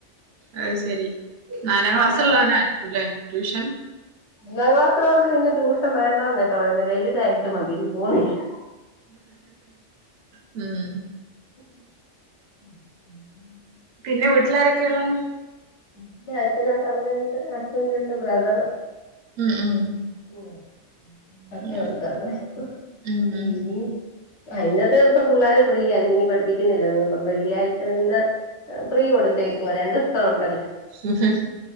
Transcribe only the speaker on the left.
ഒന്നാം
ഒന്നാ ക്ലാസ്സ്കാർക്ക് പിന്നെ ട്യൂഷൻ വേണ്ടാന്ന് വെക്കാ <unintelligible> വെല്തായിട്ട് മതീന്ന് <unintelligible>
<inaudible>
ഇന്റെ അച്ഛനുണ്ട് അമ്മയുണ്ട്. ഹസ്ബൻറ് ഉണ്ട് ബ്രദറ്
<inaudible>
ആ ഇന്നത്തെ ദിവസം പിള്ളാര് ഫ്രീയ. ഇന്ന് ഇനി പഠിപ്പിക്ക്ന്നില്ല അധികം വെള്ളിയാഴ്ചകളില് ഫ്രീ കൊടുത്തേക്കുവ രണ്ടൂസം ഉണ്ടല്ലോ